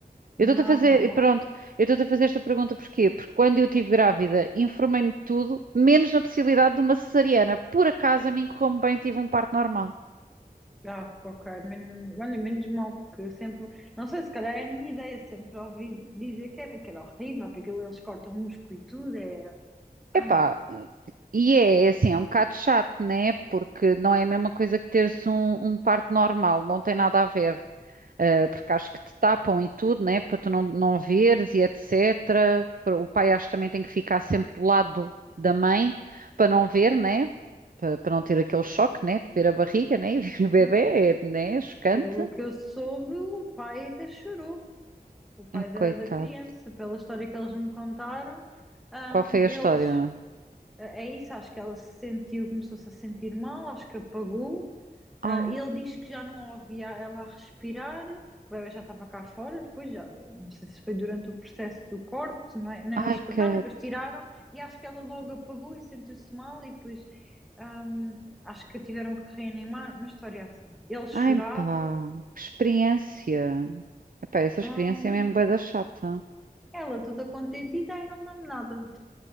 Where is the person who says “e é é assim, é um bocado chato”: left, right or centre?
Right